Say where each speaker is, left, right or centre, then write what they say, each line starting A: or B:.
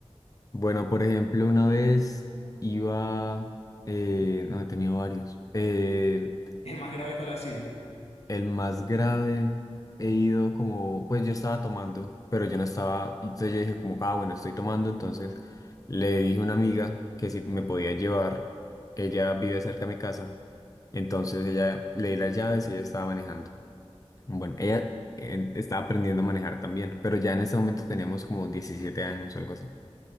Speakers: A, on the left; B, on the left.
A: Bueno, por ejemplo, una vez iba, eh, no, he tenido varios. Eh,
B: ¿El más grave cuál ha sido?
A: el más grave, he ido como, pues yo estaba tomando, pero yo no estaba, entonces yo dije como, ah, bueno, estoy tomando, entonces le dije a una amiga que si me podía llevar, ella vive cerca de mi casa, entonces ella le di las llaves y ella estaba manejando. Bueno, ella eh, estaba aprendiendo a manejar también, pero ya en ese momento teníamos como 17 años o algo así.